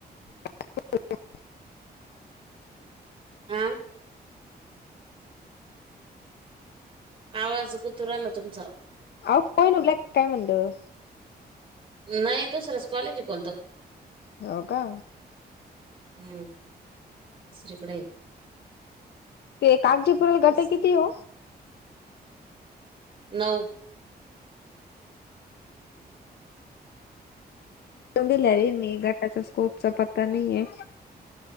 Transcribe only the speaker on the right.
हा आवाज कुतु राहायला तुमचा.
नाही दुसरंच कॉलेज कोणतं.
हम्म. दुसरीकडे आहे.
तेच.
नऊ.
न-